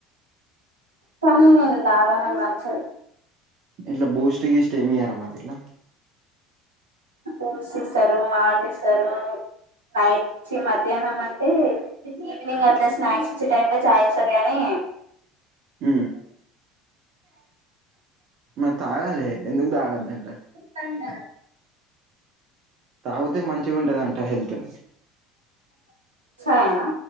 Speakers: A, on the right; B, on the right.
A: కానీ నేను తాగ నాకు నచ్చదు
B: ఇండ్ల బూస్ట్ గీస్టు ఎమియార మరి ఇలా
A: ఫ్రూట్స్ ఇస్తారు మాట్ ఇసారు నైట్ ఛీ మధ్యాహ్నం అంటే ఈవినింగ్ అట్లా స్నాక్స్ ఇచ్చే టైం చాయ్ ఇస్తారు గాని
B: ఉ మరి తాగాలి ఎందుకు తాగద్ద అంటారు
A: తండా
B: తాగితే మంచిగా ఉంటదంట హెల్త్
A: చాయ్ నా